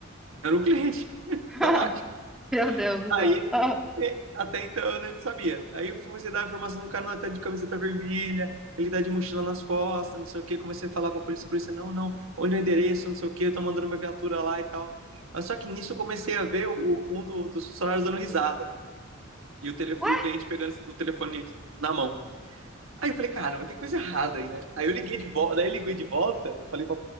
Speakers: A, on the right (about 85°); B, in the centre.
A: Era o cliente
B: <laughs>
A: da loja.
B: Meu Deus do
A: Aí
B: céu. Ah,
A: Até então, né, eu não sabia. Aí eu comecei a dar a informação do cara, não, ele tá de camiseta vermelha, ele tá de mochila nas costas, não sei o quê. Comecei a falar pra polícia, a polícia, não, não, onde é o endereço, não sei o quê, eu tô mandando uma viatura lá e tal. Ah, Só que nisso eu comecei a ver o, um do- dos funcionários dando risada e o, telefone,
B: ué?
A: e o cliente pegando o telefone na mão. Aí eu falei, cara, mas tem coisa errada aí, né? Aí eu liguei de volta, daí eu liguei de volta, eu falei pra,